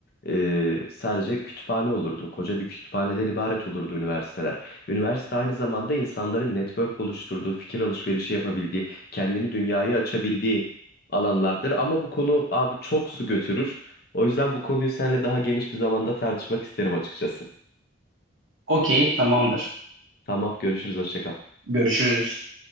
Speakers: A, on the left; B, on the right.
A: e, sadece kütüphane olurdu. Koca bir kütüphaneden ibaret olurdu üniversiteler. Üniversite aynı zamanda insanların network oluşturduğu, fikir alışverişi yapabildiği, kendini dünyaya açabildiği alanlardır. Ama bu konu abi çok su götürür. O yüzden bu konuyu seninle daha geniş bir zamanda tartışmak isterim açıkçası.
B: okey, tamamdır.
A: Tamam, görüşürüz, hoşça kal.
B: Görüşürüz.